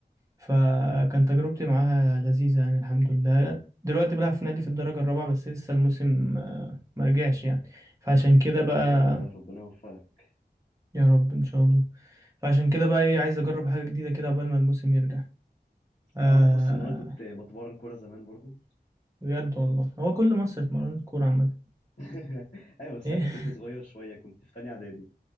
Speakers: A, on the right; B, on the left.
A: فكان تجربتي معاها لذيذه يعني الحمد لله دلوقتي بلعب في نادي في الدرجه الرابعه بس لسه الموسم آه، ما رجعش يعني فعشان كده
B: يا
A: بقى
B: جامد ده ربنا يوفقك
A: يا رب ان شاء الله فعشان كده بقى ايه عايز اجرب حاجه جديده كده قبل ما الموسم يرجع آه
B: تعرف اصلا ان انا كنت بتمرن كوره زمان برضو
A: بجد والله هو كل مصر اتمرنت كوره عامه
B: <laughs> ايوه بس
A: ايه
B: ساعتها كنت صغير شويه كنت في تانية اعدادي